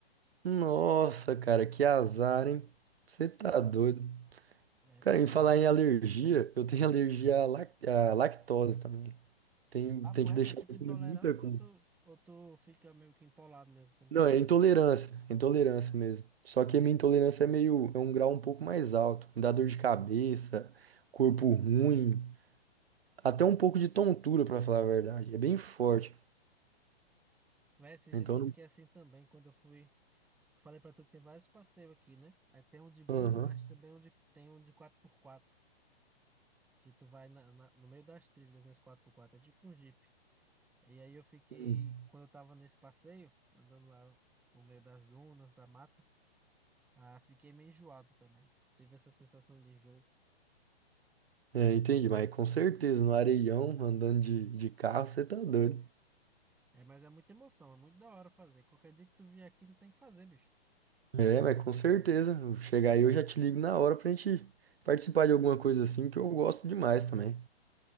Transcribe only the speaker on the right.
Nossa, cara, que azar, hein? Você tá doido.
Cara,
em falar
em alergia, eu tenho <laughs> alergia à, lac- à lactose também. Tem,
tem que
deixar
de
comer muita coisa.
Não,
é intolerância, é intolerância mesmo. Só que a minha intolerância é meio, é um grau um pouco mais alto. Me dá dor de cabeça, corpo ruim. Até um pouco de tontura, pra falar a verdade. É bem forte.
Então,
não-
aham.
Hum.
É, entendi, mas com certeza, no areião, andando de, de carro, você tá doido.
É, mas com certeza. eu Chegar aí, eu já te ligo na hora pra gente participar de alguma coisa assim, que eu gosto demais também.